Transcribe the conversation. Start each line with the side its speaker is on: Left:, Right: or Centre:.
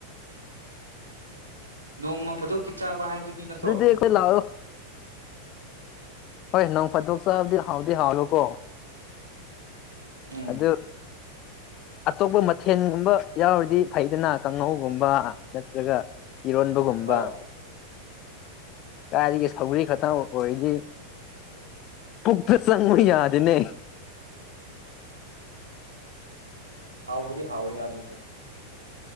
Right: ꯅꯣꯡꯃ ꯐꯥꯗꯣꯛꯀꯤ ꯆꯥꯕ ꯍꯥꯏꯗꯨꯅꯤ ꯅꯠꯇ꯭ꯔꯣ
Left: ꯑꯗꯨꯗꯤ ꯑꯩꯈꯣꯏ ꯂꯥꯛꯑꯣ ꯍꯣꯏ ꯅꯣꯡ ꯐꯥꯗꯣꯛ ꯆꯥꯕꯗꯤ ꯍꯥꯎꯗꯤ ꯍꯥꯎꯕꯀꯣ
Right: ꯎꯝ
Left: ꯑꯗꯨꯗ ꯑꯇꯣꯞꯄ ꯃꯊꯦꯜꯒꯨꯝꯕ ꯌꯥꯎꯔꯗꯤ ꯐꯩꯗꯅ ꯀꯥꯡꯉꯧꯒꯨꯝꯕ ꯅꯠꯇ꯭ꯔꯒ ꯏꯔꯣꯟꯕꯒꯨꯝꯕ
Right: ꯍꯣꯏ
Left: ꯀꯥꯏꯗꯒꯤ ꯁꯧꯒ꯭ꯔꯤ ꯈꯇꯪ ꯑꯣꯏꯗꯤ ꯄꯨꯛꯇ ꯆꯪꯉꯨ ꯌꯥꯗꯦꯅꯦ
Right: ꯍꯥꯎꯕꯨꯗꯤ ꯍꯥꯎꯋꯦꯗ ꯑꯗꯨꯁꯨ